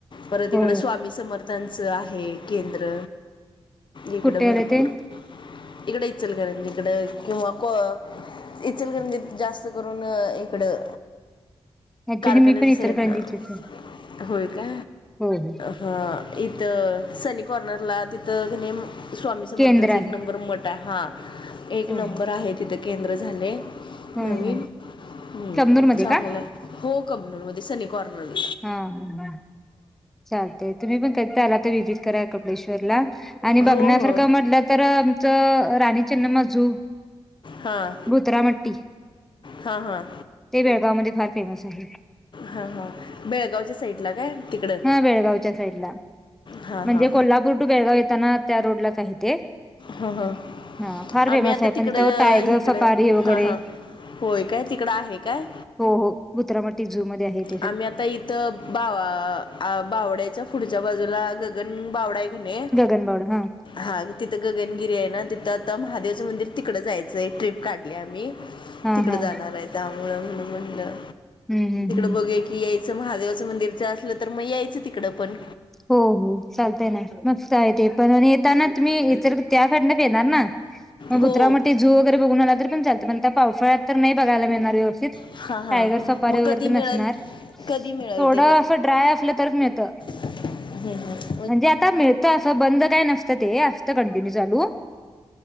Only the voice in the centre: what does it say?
हो
कुठे आले
ते
ऍक्च्युली
मी पण
इचलकरंजीचीच आहे.
हो हो.
केंद्र आहे.
हो
हो.
हं हं
कमनूर मध्ये
का?
हा हम ह चालतय तुम्ही पण त आला तर विजिट करा कबळेश्वरला. आणि
बगना
फरका म्हटलं तर आमचं राणीचन्मजू
भुत्रामट्टी
ते बेळगाव मध्ये फार फेमस आहे.
हा बेळगावच्या साईड ला.
म्हणजे
कोल्हापूर टू बेळगाव येताना त्या रोड ला काही ते.
हा फार फेमस
आहे
पण तिथं टायगर
सफारी वगैरे
हो हो मत्रामटी जू मध्ये आहेत.
गगनबावडा हा
हा
हा
हम् हम हम.
हो हो चालतय ना मस्त आहे ते पण आणि येताना तुम्ही इतर त्या साईडनत येणार ना. मग भुत्रा
म झू वगैरे बघून आला तर पण चालत पणता पावसाळ्यात तर नाही बघयला मिळणार व्यवस्थित.
टायगर सपारी
वगैरे
तर
नसणार
थोडं असं ड्राय असलं तरच मिळत.
म्हणजे आता मिळत असं बंद काय नसतं ते असत कंटिन्यू चालू.